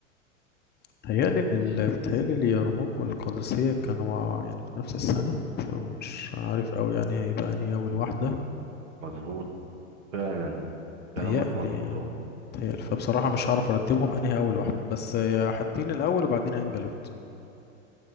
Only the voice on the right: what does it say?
مظبوط فعلا كلامك
مظبوط اهو